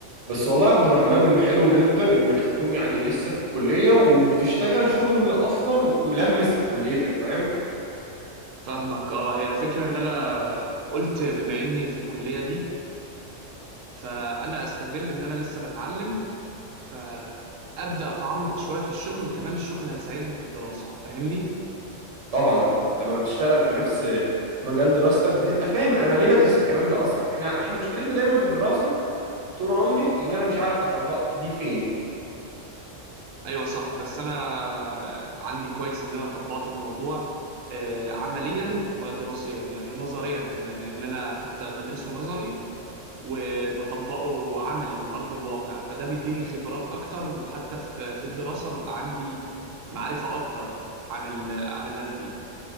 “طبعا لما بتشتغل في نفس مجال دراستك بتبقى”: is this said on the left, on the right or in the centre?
Right